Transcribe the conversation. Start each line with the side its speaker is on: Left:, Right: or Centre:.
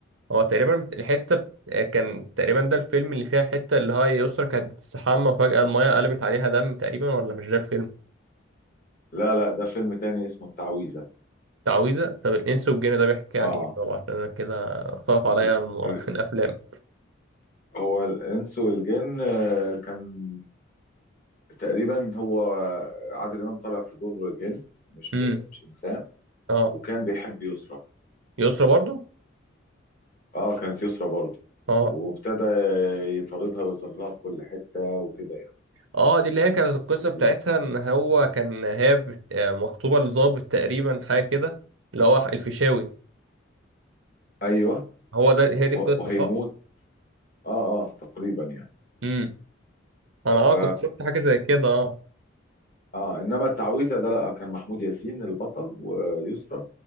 Right: هو تقريبا الحتة بت- آه، كان تقريبا ده الفيلم اللي فيها حتة اللي هي يسرا كانت بتستحمى وفجأة المية قلبت عليها دم تقريبا ولا مش ده الفيلم؟
Left: لا لا ده فيلم تاني اسمه التعويذه
Right: تعويذة طب الإنس والجن ده بيحكي
Left: اه
Right: عن إيه طبعا عشان أنا كده اختلط
Left: ال-
Right: عليا الم-
Left: ال-
Right: <laughs> الأفلام
Left: هو الانس والجن آه، كان تقريبا هو عادل امام طالع في دور جن مش في
Right: امم
Left: مش انسان
Right: اه
Left: وكان بيحب يسرى
Right: يسرا برضو
Left: اه كانت يسرى برضو
Right: اه
Left: وابتدى يطاردها ويزرها في كل حته وكده يعني
Right: اه دي اللي هي كانت القصة
Left: هي
Right: بتاعتها
Left: دي
Right: إن هو كان هي بت- آه، مخطوبة لظابط تقريبا حاجة كده اللي هو الفيشاوي
Left: ايوه
Right: هو ده هي دي القصة
Left: و- وهيموت
Right: صح؟
Left: اه اه تقريبا يعني
Right: امم أنا اه
Left: ف
Right: كنت شفت حاجة زي كده اه
Left: اه انما التعويذه ده لا كان محمود ياسين البطل ويسرى